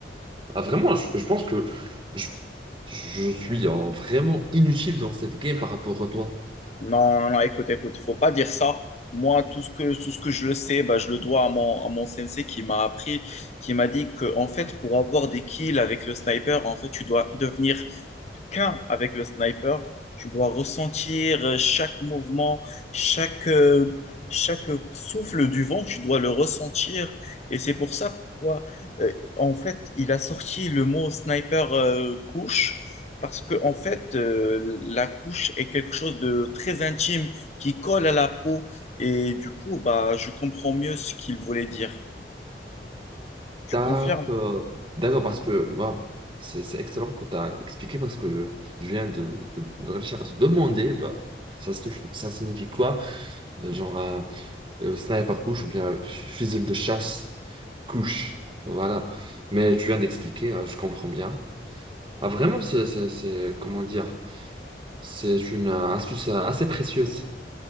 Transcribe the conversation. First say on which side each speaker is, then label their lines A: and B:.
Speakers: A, on the right; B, on the left.
A: Ah, vraiment, je, je pense que je, je suis euh, vraiment inutile dans cette game par rapport à toi.
B: Non, non, écoute, écoute, faut pas dire ça. Moi, tout ce que, tout ce que je le sais, bah, je le dois à mon, à mon sensei qui m'a appris, qui m'a dit que, en fait, pour avoir des kills avec le sniper, en fait, tu dois devenir qu'un avec le sniper. Tu dois ressentir euh, chaque mouvement, chaque, euh, chaque euh, souffle du vent, tu dois le ressentir. Et c'est pour ça pourquoi, euh, en fait, il a sorti le mot sniper euh, couche parce que, en fait, euh, la couche est quelque chose de très intime qui colle à la peau. Et du coup, bah, je comprends mieux ce qu'il voulait dire.
A: D'accord.
B: Tu confirmes?
A: D'accord, parce que waouh, c'est c'est excellent que tu as expliqué parce que je, je viens de, de, de réfléchir à te demander bah, ça, signifie- ça signifie quoi? Euh, genre un euh, sniper couche ou bien un fu- fusil de chasse couche. Voilà. Mais tu viens d'expliquer, hein, je comprends bien. Ah, vraiment, c'est, c'est, c'est- comment dire? C'est une euh, astuce euh, assez précieuse.